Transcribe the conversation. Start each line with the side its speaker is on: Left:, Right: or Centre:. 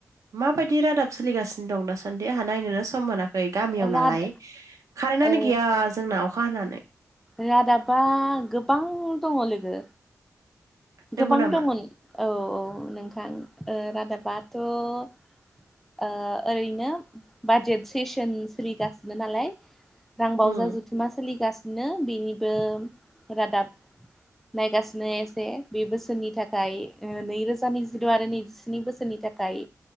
Right: माबायदि रादाब सोलिगासिनो दं दासान्दि? आंहा नायनोनो सम मोना। गामियाव
Centre: राद
Right: नालाय कारेन्टआानो
Centre: औ
Right: गैया जोंना अखा हानानै।
Centre: रादाबा गोबां दङ लोगो। गोबां
Right: नंगौ नामा
Centre: दंमोन औ औ नोंथां ओ रादाबाथ' ओरैनो बाजेट सेसन सोलिगासिनो नालाय रांबावजा
Right: उम
Centre: जुथुमा सोलिगा बिदिनो बेनिबो रादाब नायगासिनो एसे। बे बोसोरनि थाखाय ओ नैरोजा नैजिद' आरो नैजिस्नि बोसोरनि थाखाय